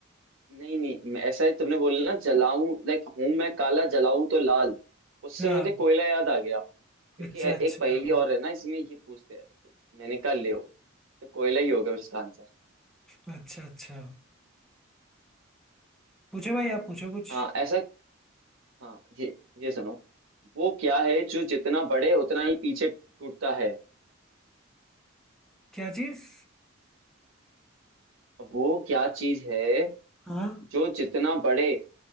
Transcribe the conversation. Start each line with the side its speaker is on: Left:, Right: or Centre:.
Right: नहीं नहीं मैं- ऐसा ही तुमने बोला ना जलाऊं लाइक हूं मैं काला जलाऊं तो लाल उससे
Centre: हाँ
Right: मुझे कोयला याद आ गया क्योंकि
Centre: अच्छा
Right: ए-
Centre: अच्छा
Right: एक पहेली और है ना इसमें ये पूछते हैं तो मैंने कहा ले हो तो कोयला ही होगा फिर इसका आंसर
Centre: अच्छा अच्छा पूछो भाई आप पूछो कुछ
Right: हाँ ऐसा हाँ ये ये सुनो वो क्या है जो जितना बढ़े उतना ही पीछे छूटता है
Centre: क्या चीज
Right: वो क्या चीज है
Centre: हाँ
Right: जो जितना बढ़े